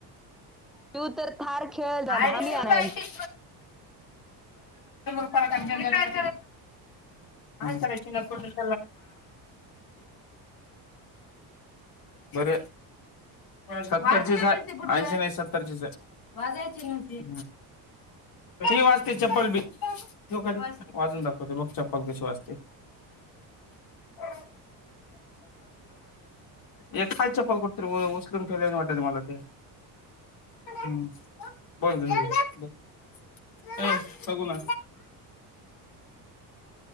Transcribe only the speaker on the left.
आडीशे
रूपये <inaudible> काय करायचं हं बर सत्तरचीच आहे ऐंशी नाही सत्तरचीच आहे. <unintelligible> तशी वाजते चप्पल बी ठेव खाली वाजून दाखवते मग चप्पल कशी वाजते. <inaudible> एक हाय चप्पल कुठतर उचलून ठेवल्याने वाटालय मला ते <unintelligible> ये सगूना.